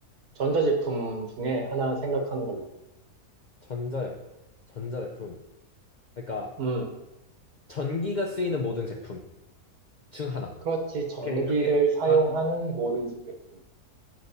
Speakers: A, on the right; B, on the left.
A: 전자제품 중에 하나 생각하는 걸로.
B: 전자, 전자제품. 그러니까,
A: 음,
B: 전기가 쓰이는 모든 제품 중 하나.
A: 그렇지. 전기를
B: 이렇게, 이렇게.
A: 사용하는
B: 아,
A: 모든 제품.